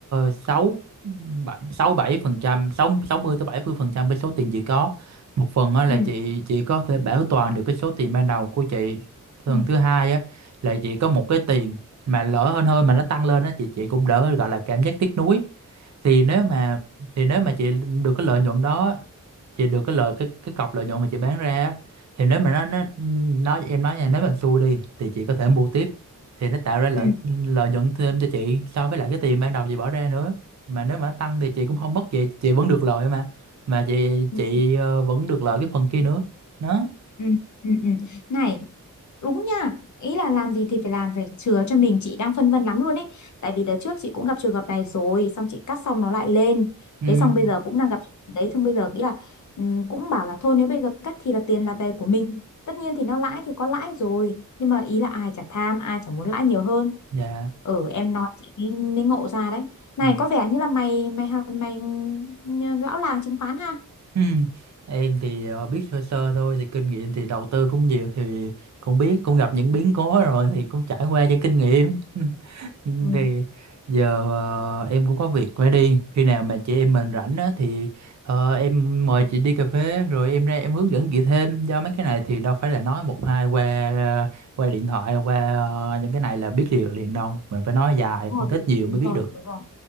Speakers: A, on the right; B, on the left.
A: sáu sáu bảy phần trăm sáu sáu mươi tới bảy mươi phần trăm cái số tiền chị có một phần á là
B: Ừ.
A: chị chị có thể bảo toàn được cái số tiền ban đầu của chị phần
B: Ừ.
A: thứ hai á là chị có một cái tiền mà lỡ hơn hơn mà nó tăng lên á chị chị cũng đỡ gọi là cảm giác tiếc nuối thì nếu mà thì nếu mà chị được cái lợi nhuận đó chị được cái lợi cái cái cọc lợi nhuận mà chị bán ra á, thì nếu mà nó nó nói em nói nha nếu mà xui đi thì chị có thể mua tiếp thì nó tạo ra lợi
B: Ừ.
A: lợi nhuận thêm cho chị so với lại cái tiền ban đầu chị bỏ ra nữa mà nếu mà nó tăng thì chị cũng không mất gì chị vẫn được lợi mà mà chị
B: Ừ.
A: chị ờ, vẫn được lợi cái phần kia nữa đó
B: Ừ, ừ, ừ. Này đúng nha ý là làm gì thì phải làm phải chừa cho mình chị đang phân vân lắm luôn ấy tại vì đợt trước chị cũng gặp trường hợp này rồi xong chị cắt xong nó lại lên
A: ừ
B: thế xong bây giờ cũng đang gặp trường hợp đấy xong bây giờ nghĩ là ừ, cũng bảo là thôi nếu bây giờ cắt thì là tiền là về của mình tất nhiên thì nó lãi thì có lãi rồi nhưng mà ý là ai chả tham ai chả muốn lãi nhiều hơn
A: dạ
B: ừ em nói chị mới mới ngộ ra đấy này
A: ừ.
B: có vẻ như là mày mày mày, mày ừ, lão làng chứng khoán ha
A: Ừ. em thì ờ, biết sơ sơ thôi thì kinh nghiệm thì đầu tư cũng nhiều thì cũng biết cũng gặp những biến cố rồi thì cũng trải qua những kinh nghiệm Ừ.
B: Ừ,
A: thì giờ ờ, em cũng có việc phải đi khi nào mà chị em mình rảnh á thì ờ, em mời chị đi cà phê rồi em ra em hướng dẫn chị thêm do mấy cái này thì đâu phải là nói một hai qua ờ, qua điện thoại qua ờ, những cái này là biết liền liền đâu mình phải nói dài
B: đúng
A: phân
B: rồi,
A: tích nhiều
B: đúng
A: mới biết
B: rồi,
A: được
B: đúng rồi.